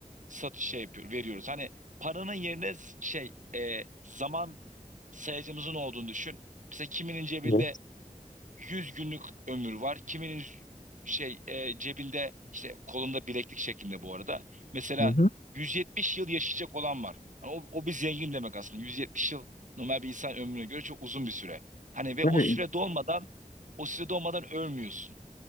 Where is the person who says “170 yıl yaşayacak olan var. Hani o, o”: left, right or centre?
Right